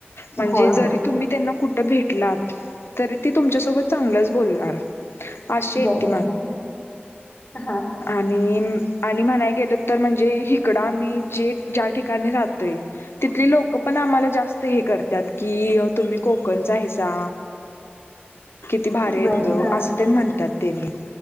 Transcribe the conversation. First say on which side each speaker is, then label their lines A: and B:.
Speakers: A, on the left; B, on the left.
A: म्हणजे
B: होय
A: जरी
B: होय
A: तुम्ही त्यांना कुठं भेटलात. तरी ते तुमच्यासोबत चांगलंच बोलणार. अशी आहेत
B: बरं
A: ती
B: हा. हा,
A: णि आणि म्हणाय गेलं तर म्हणजे हिकडं आमी जे ज्या ठिकाणी राहातंय तिथले लोक पण आम्हाला जास्त हे करतात की, तुम्ही कोकणच आहे सा. ते भारंद
B: बर हा
A: असं तेन म्हणतात त्यांनी.